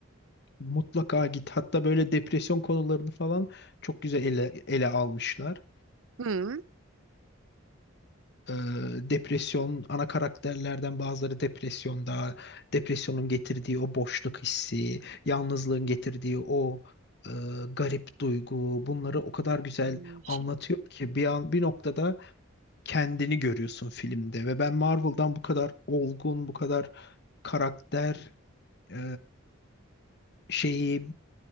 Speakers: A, on the left (about 55°); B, on the right (about 75°).
A: Mutlaka git. Hatta böyle depresyon konularını falan çok güzel ele, ele almışlar.
B: Hı?
A: Ee, depresyon, ana karakterlerden bazıları depresyonda, depresyonun getirdiği o boşluk hissi, yalnızlığın getirdiği o e, garip duygu, bunları o kadar güzel
B: Hmm, Şey,
A: anlatıyor ki bir an bir noktada kendini görüyorsun filmde ve ben Marvel'dan bu kadar olgun, bu kadar karakter e, şeyi